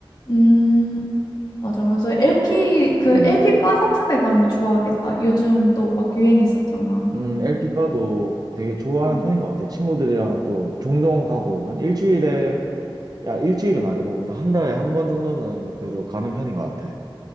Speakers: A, on the left; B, on the right.
A: 음, 맞아. 그래서 LP, 그
B: 음.
A: LP 바 같은 데 가면 좋아하겠다. 요즘 또 막 유행했었잖아.
B: 음, LP 바도 되게 좋아하는
A: 음.
B: 편인 것 같아. 친구들이랑 또 종종 가고, 한 일주일에, 야, 일주일은 아니고, 그래도 한 달에 한 번 정도는 그래도 가는 편인 것 같아.